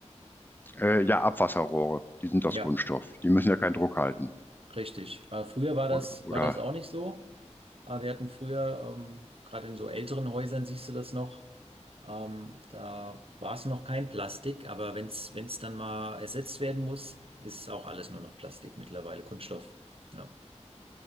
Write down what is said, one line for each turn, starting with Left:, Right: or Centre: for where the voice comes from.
Left: äh, ja, Abwasserrohre, die sind aus
Right: Ja,
Left: Kunststoff. Die müssen ja keinen Druck halten.
Right: richtig. Äh, früher war das,
Left: Oder, oder,
Right: war das auch nicht so. Äh, wir hatten früher, ähm, gerade in so älteren Häusern siehst du das noch, ähm, da war es noch kein Plastik, aber wenn es wenn es dann mal ersetzt werden muss, ist es auch alles nur noch Plastik mittlerweile, Kunststoff. Ja,